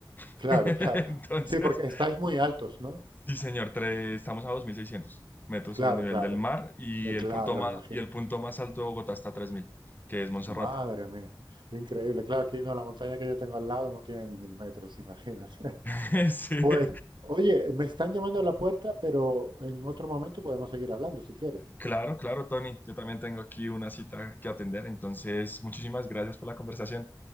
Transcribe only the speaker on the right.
claro,
claro. Sí, porque estáis muy altos, ¿no?
Claro,
claro,
eh,
claro,
imagínate.
Madre mía, increíble. Claro, aquí no, la montaña que yo tengo al lado no tiene ni mil metros, imagínate. <laughs>
Pues, oye, me están llamando a la puerta, pero en otro momento podemos seguir hablando si quieres.